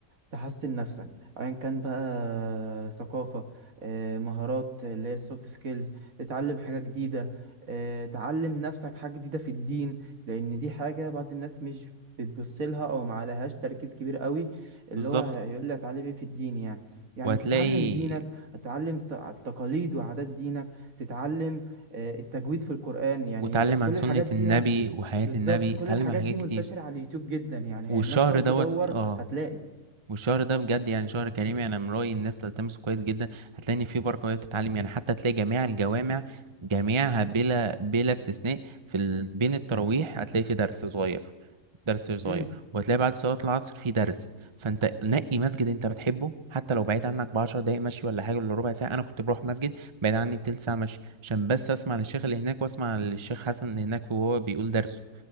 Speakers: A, on the right; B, on the right.
A: تحسن نفسك ايا كان بقى ثقافة آه، مهارات اللي هي السوفت سكيلز تتعلم حاجة جديدة آه، تعلم نفسك حاجة جديدة في الدين لان دي حاجة بعض الناس مش بتبص لها او ما عليهاش تركيز كبير قوي اللي
B: بالظبط
A: هو هيقول لي اتعلم ايه في الدين يعني يعني
B: وهتلاقي
A: تتعلم دينك تتعلم ت- تقاليد وعادات دينك تتعلم آه، التجويد في القرآن يعني
B: واتعلم
A: ده- كل
B: عن سنة
A: الحاجات دي
B: النبي
A: ه-
B: وحياة
A: بالظبط
B: النبي
A: كل
B: اتعلم
A: الحاجات
B: عن حاجات
A: دي
B: كتير
A: منتشرة على اليوتيوب جدا يعني
B: والشهر
A: هي الناس لو
B: دوت
A: تدور
B: اه
A: هتلاقي
B: والشهر ده بجد يعني شهر كريم يعني من رأيي الناس تلتمسه كويس جدا هتلاقي إن فيه بركة وهي بتتعلم يعني حتى تلاقي جميع الجوامع جميعها بلا بلا استثناء في ال... بين التراويح هتلاقي في درس صغير درس صغير
A: مم.
B: وهتلاقي بعد صلاة العصر في درس فانت نقي مسجد انت بتحبه حتى لو بعيد عنك بعشر دقايق مشي ولا حاجة ولا ربع ساعة انا كنت بروح مسجد بعيد عني بتلت ساعة مشي عشان بس اسمع للشيخ اللي هناك واسمع للشيخ حسن اللي هناك وهو بيقول درسه